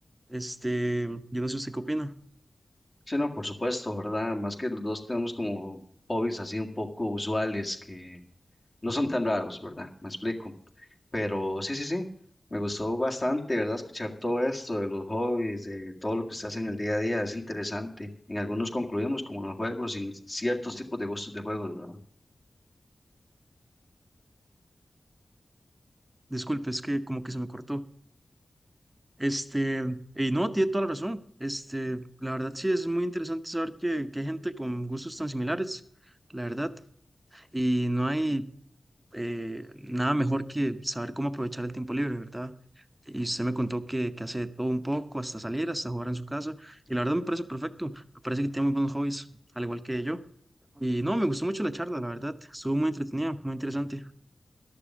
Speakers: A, on the right (about 20°); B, on the left (about 25°).
A: este, yo no sé usted qué opina,
B: Sí, no, por supuesto, ¿verdad? Más que los dos tenemos como hobbies así un poco usuales que no son tan raros, ¿verdad? Me explico. Pero sí, sí, sí, me gustó bastante, ¿verdad? Escuchar todo esto de los hobbies, de todo lo que usted hace en el día a día, es interesante. En algunos concluimos como los juegos, en ciertos tipos de gustos de juegos, ¿verdad?
A: disculpe, es que como que se me cortó. Este, y no, tiene toda la razón. Este, la verdad sí es muy interesante saber que, que hay gente con gustos tan similares, la verdad. Y no hay eh, nada mejor que saber cómo aprovechar el tiempo libre, ¿verdad? Y usted me contó que, que hace de todo un poco, hasta salir, hasta jugar en su casa. Y la verdad me parece perfecto. Me parece que tiene muy buenos hobbies, al igual que yo. Y no, me gustó mucho la charla, la verdad. Estuvo muy entretenida, muy interesante.